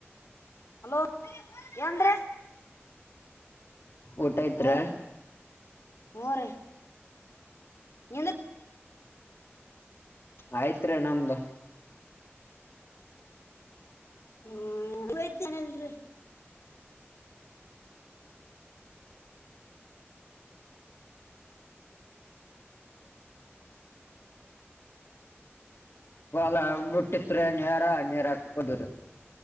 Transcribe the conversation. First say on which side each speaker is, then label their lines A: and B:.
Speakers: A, on the left; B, on the left.
A: ಹಲೋ ಏನ್್ರೀ
B: ಊಟ ಐತ್ರ
A: ಹ ರ ಹ ರ ಇನ್ನು
B: ಆಯ್ತ್ ನಮ್ದ
A: ಹ್ಮ ಹತೇನಲ್ರರಿ
B: ಲ ಬಿಟ್ಟಿತ್ರಿ ನೀರ ನೀರ ಹಾಕ್ಬದ್ರಿ